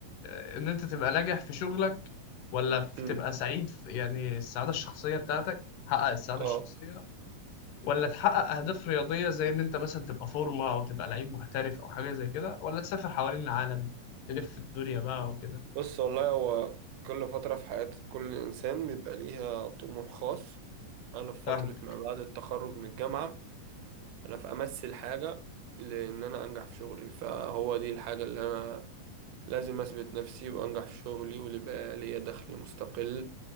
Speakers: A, on the left; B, on the right.
A: آه، ان انت تبقى ناجح في شغلك ولا في-
B: امم
A: تبقى سعيد في يعني السعاده الشخصيه بتاعتك تحقق السعاده
B: اه
A: الشخصيه ولا تحقق أهداف رياضية زي إن أنت مثلا تبقى فورمة أو تبقى لعيب محترف أو حاجة زي كده ولا تسافر حوالين العالم تلف الدنيا بقى وكده
B: بص والله هو كل فترة في حياة كل انسان بيبقى ليها طموح خاص انا في فترة
A: فاهمك
B: ما بعد التخرج من الجامعة انا في امثل حاجة لان انا انجح في شغلي فهو دي الحاجة اللي انا لازم اثبت نفسي وانجح في شغلي واللي يبقى ليا دخل مستقل